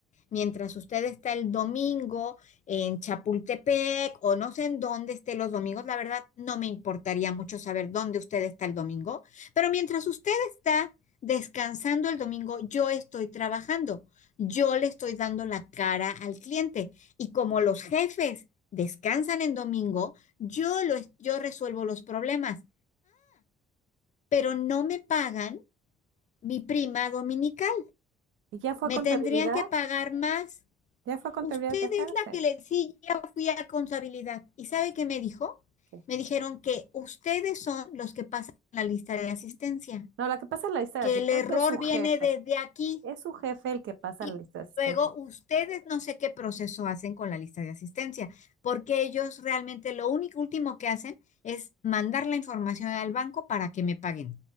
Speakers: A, on the left; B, on the right.
A: mientras usted está el domingo en Chapultepec o no sé en dónde esté los domingos, la verdad no me importaría mucho saber dónde usted está el domingo, pero mientras usted está descansando el domingo, yo estoy trabajando. Yo le estoy dando la cara al cliente y como los jefes descansan en domingo, yo lo, yo resuelvo los problemas pero no me pagan mi prima dominical.
B: Y ya fue
A: Me
B: a contabilidad,
A: tendrían que pagar más.
B: ya fue a contabilidad
A: Usted
B: a quejarse.
A: es la que le sí, ya fui a contabilidad. ¿Y sabe qué me dijo?
B: ¿Qué?
A: Me dijeron que ustedes son los que pasan la lista de asistencia,
B: No, la que pasa en la lista de
A: que
B: asistencia
A: el error
B: es su jefe.
A: viene desde aquí
B: Es su jefe el que pasa
A: y
B: la lista de asistencia.
A: luego ustedes no sé qué proceso hacen con la lista de asistencia, porque ellos realmente lo único último que hacen es mandar la información al banco para que me paguen.